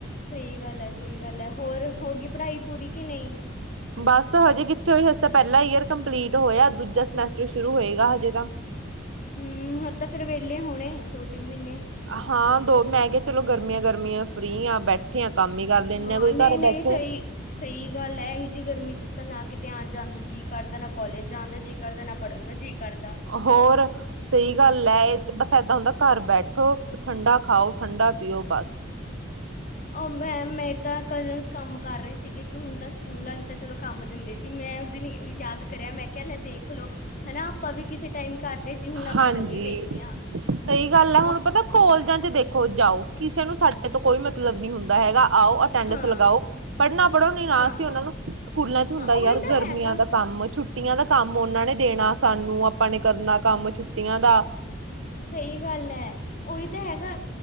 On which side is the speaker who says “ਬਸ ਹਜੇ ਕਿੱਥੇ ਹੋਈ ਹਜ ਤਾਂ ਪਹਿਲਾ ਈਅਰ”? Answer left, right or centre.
Right